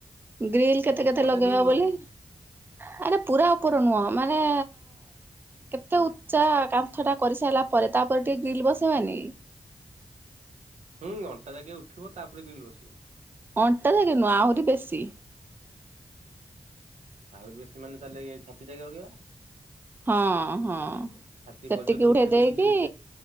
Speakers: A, on the right; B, on the right.
A: ଗ୍ରୀଲ୍ କେତେ
B: ଉପରଟା
A: କେତେ ଲଗେଇବା
B: ଗ୍ରିଲ ଦବା
A: ବୋଲି।
B: ପାଇଁ
A: ମାନେ ପୁରା ଉପର ନୁହଁ ମାନେ କେତେ ଉଚା କାନ୍ଥ ଟା କରିସାରିଲା ପରେ ତାପରେ ଟିକେ ଗ୍ରିଲ୍ ବସେଇବାନି।
B: ହୁଁ ଅଣ୍ଟା ଜାଗା ଉଠିବ ତାପରେ ଗ୍ରୀଲ୍ ବସିବ।
A: ଅଣ୍ଟା ଯାକ ନୁହଁ ଆହୁରି ବେଶୀ।
B: ଆହୁରି ବେଶୀ ମାନେେ ତାହେଲେ ଛାତି ଯାଇକି ଲଗେଇବା।
A: ହଁ ହଁ
B: ଛାତି
A: ସେତିକି
B: ପର୍ଯ୍ୟନ୍ତ
A: ଉଠେଇ ଦେଇକି
B: ଗ୍ରିଲ ଚା